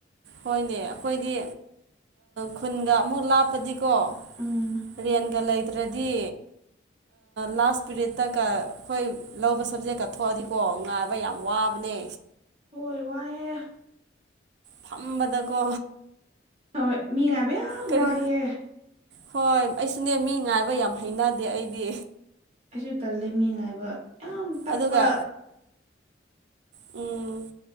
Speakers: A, on the right (about 70°); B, on the right (about 35°).
A: ꯍꯣꯏꯅꯦ ꯑꯩꯈꯣꯏꯗꯤ ꯈꯨꯟꯒ ꯑꯃꯨꯛ ꯂꯥꯞ ꯄꯗꯤꯀꯣ
B: ꯎꯝ
A: ꯔꯦꯟꯒ ꯂꯩ ꯇ꯭ꯔꯗꯤ ꯂꯥꯁ ꯄꯤꯔꯦꯠꯇꯒ ꯑꯩꯈꯣꯏ ꯂꯧꯕ ꯁꯕꯖꯦꯛꯀ ꯊꯣꯛꯑꯗꯤ ꯀꯣ ꯉꯥꯏꯕ ꯌꯥꯝ ꯋꯥꯕꯅꯦ
B: ꯍꯣꯏ ꯋꯥꯏꯌꯦ
A: ꯐꯝꯕꯗꯀꯣ
B: ꯍꯣꯏ ꯃꯤꯉꯥꯏꯕ ꯌꯥꯝ
A: ꯀꯔꯤ
B: ꯋꯥꯏꯌꯦ
A: ꯍꯣꯏ ꯑꯩꯁꯨꯅꯦ ꯃꯤ ꯉꯥꯏꯕ ꯌꯥꯝ ꯍꯩꯅꯗꯦ ꯑꯩꯗꯤ
B: ꯑꯩꯁꯨ ꯇꯜꯂꯦ ꯃꯤ ꯉꯥꯏꯕ ꯌꯥꯝ ꯇꯞꯄ
A: ꯑꯗꯨꯒ
B: <inaudible>
A: ꯎꯝ